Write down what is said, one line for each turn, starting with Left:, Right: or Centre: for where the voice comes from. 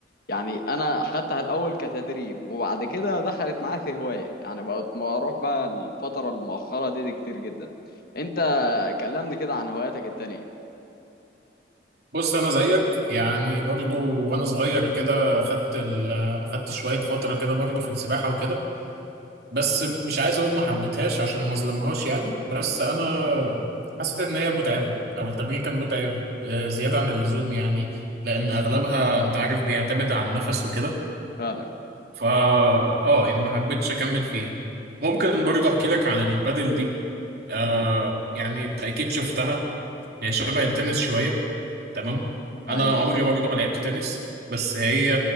Left: يعني انا اخدتها الاول كتدريب وبعد كده دخلت معايا في هوايه يعني بقت بروح بقى الفتره المؤخره دي, دي كتير جدا انت كلمني كده عن هواياتك التانية
Right: بص انا زيك يعني برضو وانا صغير كده خدت ال خدت شويه فتره كده برضو في السباحه وكده بس مش عايز اقول ما حبيتهاش عشان ما اظلمهاش يعني بس انا حسيت ان هي متعبه او التمرين كان متعب آه، زياده عن اللزوم يعني لان اغلبها انت عارف بيعتمد على النفس وكده
Left: فعلا
Right: فا اه يعني ما حبيتش اكمل فيها ممكن برضو احكي لك عن البادل دي آه
Left: أم-
Right: يعني انت اكيد شفتها هي شبه التنس شويه تمام انا
Left: ايوه
Right: عمري برضه ما لعبت تنس بس هي